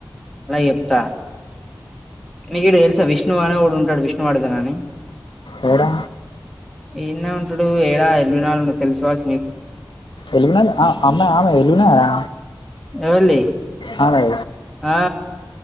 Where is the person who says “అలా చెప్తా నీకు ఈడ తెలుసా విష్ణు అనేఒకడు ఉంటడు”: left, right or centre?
Centre